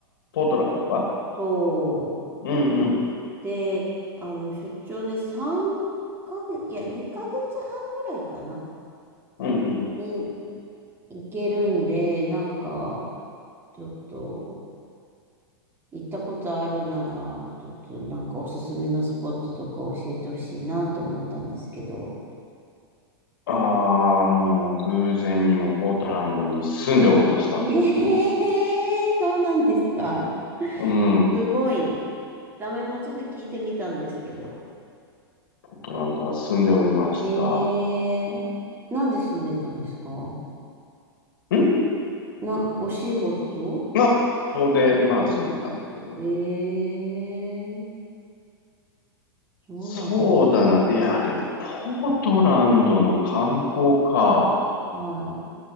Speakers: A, on the left; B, on the right.
A: ポートランドか
B: そ
A: うんうん。
B: う。で、あの、出張で3ヶ月、いや、2ヶ月半ぐらいかな、
A: うんうん。
B: に行けるんで、なんか、ちょっと、行ったことあるなら、ちょっとなんかおすすめのスポットとか教えてほしいなと思ったんですけど。
A: ああ、もう偶然にもポートランドに住んでおりました。
B: ええそうなんですか
A: うん。
B: すごい。ダメ元で聞いてみたんですけど。
A: ポートランドは住んでおりました。
B: ええなんで住んでたんですか
A: ん
B: な、お仕事
A: まあ、そこで、まあ住んでたんだけど。
B: ええそうなん
A: そうだな。いや、でも、ポートランドの観光か。
B: だはい。